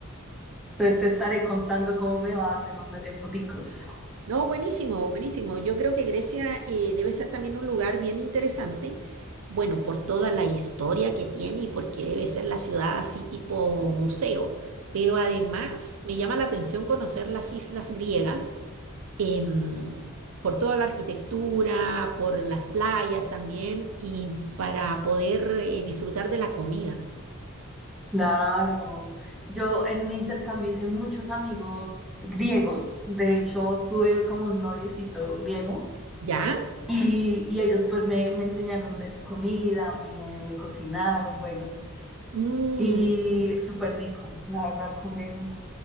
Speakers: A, in the centre; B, on the right.
A: entonces te estaré contando cómo me va, te mandaré foticos.
B: No, buenísimo, buenísimo. Yo creo que Grecia eh, debe ser también un lugar bien interesante, bueno, por toda la historia que tiene y porque debe ser la ciudad así tipo museo, pero además me llama la atención conocer las islas griegas, em, por toda la arquitectura, por las playas también y para poder eh, disfrutar de la comida.
A: Claro, yo en mi intercambio hice muchos amigos griegos, de hecho tuve como un noviecito griego
B: ¿Ya?
A: y, y ellos pues me, me enseñaron de su comida, me, me cocinaron, bueno,
B: Mm,
A: y súper rico, la verdad comen